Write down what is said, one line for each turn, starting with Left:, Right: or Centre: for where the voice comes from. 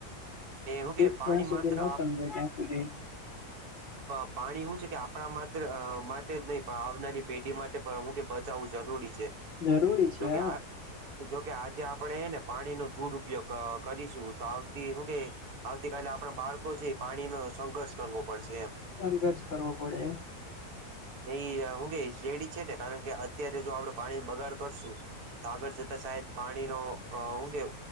Right: ને હું
Left: ખ
Right: કે
Left: ત્યાં
Right: પાણી
Left: સુધી
Right: માત્ર
Left: ન સમજે ત્યાં અને
Right: આ પાણી શું છે કે આપણા માત્ર માટે જ નહીં પણ આવનારી પેઢી માટે પણ હું કે બચાવુ જરૂરી છે.
Left: જરૂરી છે
Right: જોકે
Left: હ.
Right: આ જોકે આજે આપણે ને પાણી નો દુરપયોગ કરીશું તો આવતી હું કે આવતીકાલે આપણા બાળકો છે પાણીનો સંઘર્ષ કરવો પડશે એમ
Left: સંઘર્ષ કરવો પડે.
Right: નહી હું કે રેડી છે ને, કારણ કે અત્યારે જો આપડે પાણી બગાડ કરશું, તો આગળ જતા સાહેદ પાણીનો હું કે